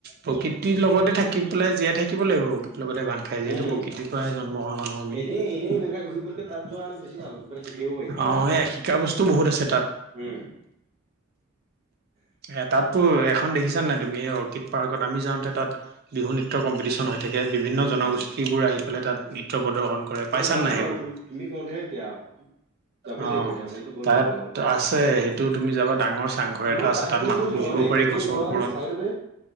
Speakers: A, on the right; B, on the right.
A: প্ৰকৃতিৰ লগতে থাকি পেলাই জীয়াই থাকি থাকিব লাগিব লগতে বান্ধ খাই যিহেতু
B: উম
A: প্ৰকৃতিৰ পৰাই জন্ম হোৱা মানুহ আমি।
B: এনেই
A: <unintelligible>
B: এনেই বেকাৰ ঘূৰি ফুৰাতকৈ তাত যোৱা হ'লে বেছি ভাল হ'ব কিবা এটা শিকিব
A: অ', এইয়া শিকা বস্তু বহুত আছে তাত।
B: উম্।
A: এতাতটো দেখিছা নাই তুমি এই অৰ্কিড পাৰ্কত আমি যাওঁতে তাত বিহু নৃত্য কম্পিটিচন হৈ থাকে। যে বিভিন্ন
B: উম উম
A: জনগোষ্ঠীবোৰ আহি পেলাই তাত
B: উম
A: নৃত্য প্ৰদৰ্শন কৰে,
B: মই
A: পাইছান
B: যোৱা
A: নাই সেইবোৰ?
B: বাৰু তু- তুমি কওঁতেহে এতিয়া যাব
A: অ',
B: লাগিব এতিয়া মনতো গ'ল
A: তাত
B: যাবলৈ বাৰু।
A: আছে সেইটো তুমি যাবা ডাঙৰ চাংঘৰ এটা
B: মই
A: আছে,
B: তাৰ সেইফালে
A: তাত মানুহ
B: গৈছিলোঁ
A: বহিব
B: বাৰু দেই
A: পাৰি
B: সেইফালে
A: গছৰ
B: যোৱা
A: ওপৰত।
B: সেই চাইডতে